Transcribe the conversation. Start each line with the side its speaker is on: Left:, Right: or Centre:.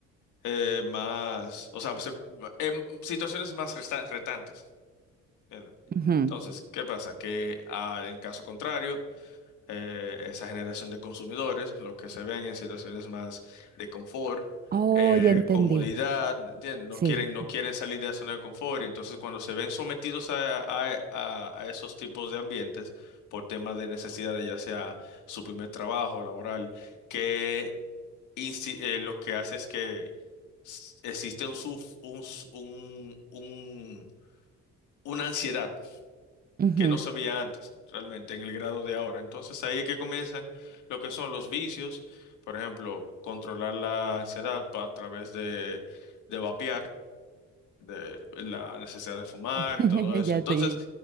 Left: eh, más, o sea, se- em, situaciones más resta- retantes. ¿entiendes?
Right: Ujú.
Left: Entonces, ¿qué pasa? Que ah, en caso contrario, eh, esa generación de consumidores, lo que se ven en situaciones más de confort,
Right: Oh,
Left: eh,
Right: ya entendí.
Left: comodidad, ¿entiendes? No
Right: Sí.
Left: quieren, no quieren salir de la zona de confort, y entonces cuando se ven sometidos a, a- a- a esos tipos de ambientes por temas de necesidades, ya sea su primer trabajo laboral, que insti- eh, lo que hace es que s- existe un, suf- un, s- un, un- una ansiedad
Right: ujú.
Left: que no se veía antes, realmente, en el grado de ahora. Entonces ahí es que comienzan lo que son los vicios, por ejemplo, controlar la ansiedad pa- a través de, de vapear, de la necesidad de fumar
Right: <laughs>
Left: y todo eso.
Right: Ya
Left: Entonces,
Right: te